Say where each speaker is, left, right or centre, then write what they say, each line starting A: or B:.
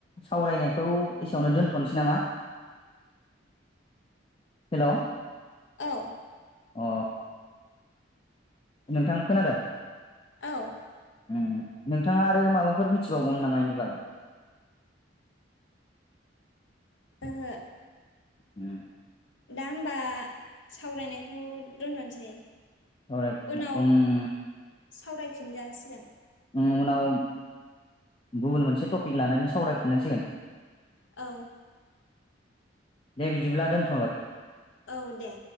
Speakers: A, on the left; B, on the left.
A: सावरायनायखौ एसेयावनो दोनथ'नोसै नामा हेल'
B: औ
A: अ नोंथां खोनादों?
B: औ
A: उ नोंथाङा आरो माबाफोर मिथिबावगौमोन नामा इनि बागै <unintelligible>
B: आङो
A: उम
B: दा होमबा सावरायनायखौ दोनथ'नोसै।
A: <unintelligible>
B: उनाव सावरायफिनजासिगोन
A: उम उनाव गुबुन मोनसे टपिक लानानै सावरायफिननांसिगोन
B: औ
A: दे बिदिब्ला दोनथ'बाय।
B: औ दे।